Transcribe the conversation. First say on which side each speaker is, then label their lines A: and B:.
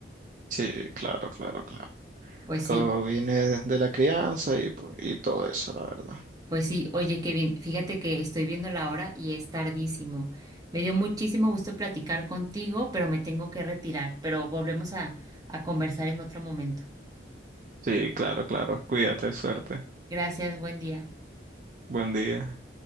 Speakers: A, on the right; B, on the right.
A: Sí, claro, claro, claro.
B: Pues
A: Todo
B: sí.
A: viene de de la crianza y, pues, y todo eso, la verdad.
B: Pues sí, oye Kevin, fíjate que estoy viendo la hora y es tardísimo. Me dio muchísimo gusto platicar contigo, pero me tengo que retirar, pero volvemos a, a conversar en otro momento.
A: Sí, claro, claro. Cuídate, suerte.
B: Gracias, buen día.
A: Buen día.